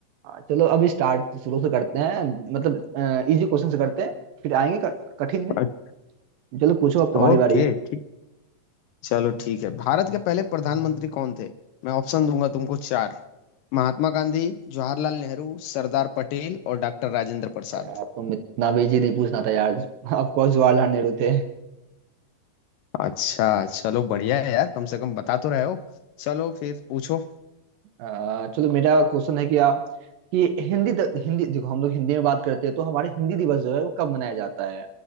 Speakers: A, on the right (about 80°); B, on the left (about 80°).
A: हाँ, चलो अब स्टार्ट शुरू से करते हैं मतलब इजी क्वेश्चन से करते हैं फिर आएंगे क- कठिन में
B: अच्छा,
A: चलो पूछो अब तुम्हारी
B: ओके
A: बारी है
B: ठीक चलो ठीक है भारत के पहले प्रधानमंत्री कौन थे मैं ऑप्शन दूंगा तुमको चार महात्मा गांधी जवाहरलाल नेहरू सरदार पटेल और डॉक्टर राजेंद्र प्रसाद
A: यार तुम इतना भी इजी नहीं पूछना था यार ऑफ कोर्स जवाहरलाल नेहरू थे
B: अच्छा चलो बढ़िया है यार कम से कम बता तो रहे हो चलो फिर पूछो
A: अ, चलो मेरा क्वेश्चन है कि आप कि हिंदी द, हिंदी देखो हम लोग हिंदी में बात करते हैं तो हमारे हिंदी दिवस जो है वो कब मनाया जाता है